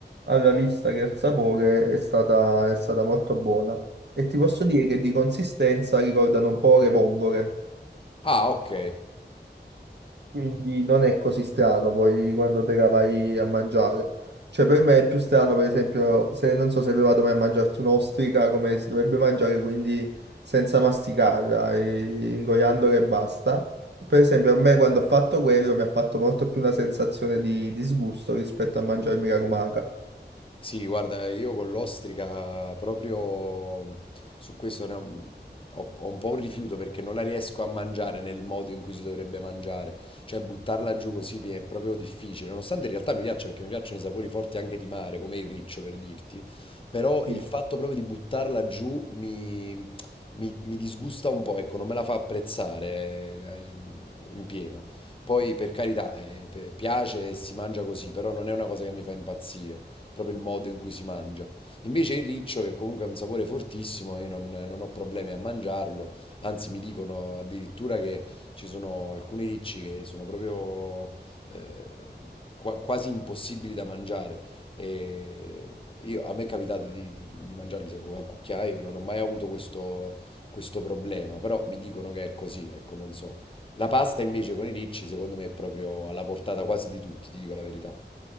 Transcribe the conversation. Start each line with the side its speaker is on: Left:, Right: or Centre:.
Right: alla vista che al sapore è stata, è stata molto buona. E ti posso dire che di consistenza ricordano un po' le vongole,
Left: Ah, ok.
Right: quindi non è così strano poi quando te la vai a mangiare. Cioè per me è più strano, per esempio, se non so se hai provato mai a mangiarti un'ostrica come si dovrebbe mangiare, quindi senza masticarla, e ingoiandola e basta. Per esempio, a me quando ho fatto quello mi ha fatto molto più una sensazione di disgusto rispetto a mangiarmi la lumaca.
Left: Sì, guarda, io con l'ostrica proprio su questo ne ho, ho- ho un po' un rifiuto perché non la riesco a mangiare nel modo in cui si dovrebbe mangiare. Cioè, buttarla giù così mi è proprio difficile. Nonostante in realtà mi piaccia perché mi piacciono i sapori forti anche di mare, come il riccio per dirti. Però
Right: Sì.
Left: il fatto proprio di buttarla giù mi, mi- mi disgusta un po', ecco, non me la fa apprezzare eh, in, in pieno. Poi, per carità, eh, pe- piace e si mangia così, però non è una cosa che mi fa impazzire proprio il modo in cui si mangia. Invece il riccio, che comunque ha un sapore fortissimo, io non, non ho problemi a mangiarlo, anzi mi dicono addirittura che ci sono alcuni ricci che sono proprio eh, qua- quasi impossibili da mangiare. E io- a me è capitato di, di, di mangiarli secco a cucchiaio e non ho mai avuto questo, questo problema, però mi dicono che è così, ecco, non so. La pasta invece con i ricci, secondo me, è proprio alla portata quasi di tutti, ti dico la verità.